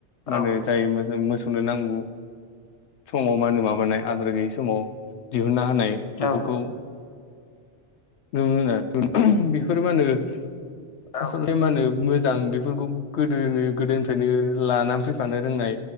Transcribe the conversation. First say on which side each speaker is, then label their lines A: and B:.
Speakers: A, on the left; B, on the left.
A: माहोनो
B: औ
A: जाय मो मोसौ <unintelligible> नांगौ समाव मा होनो माबानाय आदार गैयि समाव हुनना होनाय
B: औ
A: बेफोरखौ <unintelligible> बिफोर मा होनो
B: औ
A: आसलथे मा होनो मो जां बिफोरखौ गोदोनो गोदोनिफ्रायनो लानानै फैफानो रोंनाय